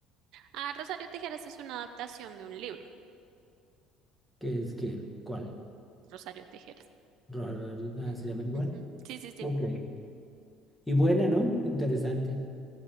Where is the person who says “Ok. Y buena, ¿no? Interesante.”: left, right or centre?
Centre